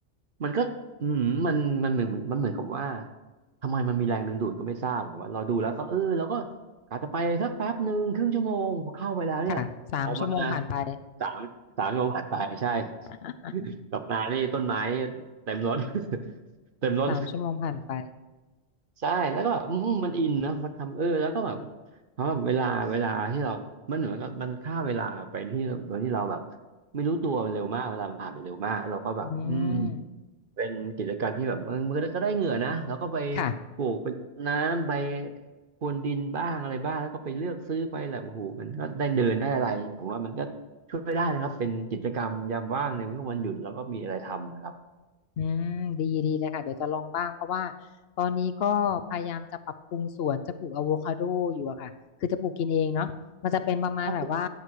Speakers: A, on the right; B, on the left.
A: มันก็อืมมันมันเหมือนมันเหมือนกับว่าทำไมมันมีแรงดึงดูดก็ไม่ทราบเหมือนว่าเราดูแล้วก็เออเราก็กะจะไปสักแป๊บหนึ่งครึ่งชั่วโมงพอเข้าไปแล้วเนี่ยออกมา
B: <laughs> ค่ะสามชั่วโมงผ่านไป
A: สามสามชั่วโมงผ่านไปใช่
B: <laughs>
A: <laughs> กลับมานี่ต้นไม้เต็มรถ <laughs> เต็มรถ
B: สามชั่วโมงผ่านไป
A: ใช่แล้วก็แบบอืมมันอินนะมันทำเออแล้วก็แบบเพราะว่าเวลาเวลาที่เรามันเหมือนกับมันฆ่าเวลาไปที่โดยที่เราแบบไม่รู้ตัวมันเร็วมาก เวลามันผ่านไปเร็วมากเราก็แบบอืม
B: อืม
A: เป็นกิจกรรมที่แบบมันมันก็ได้เหงื่อนะแล้วก็ไป
B: ค่ะ
A: ปลูกไปรดน้ำไปพรวนดินบ้างอะไรบ้างแล้วก็ไปเลือกซื้อไปแหละโอ้โหมันก็ได้เดินได้อะไรผมว่ามันก็ช่วยได้นะครับเป็นกิจกรรมยามว่างในช่วงวันหยุดแล้วก็มีอะไรทำนะครับ
B: อืมดีดีเลยค่ะเดี๋ยวจะลองบ้างเพราะว่าตอนนี้ก็พยายามจะปรับปรุงสวนจะปลูกอะโวคาโดอยู่อะค่ะคือจะปลูกกินเองเนาะมันจะเป็นประมาณแบบว่า
A: พ่อปลูก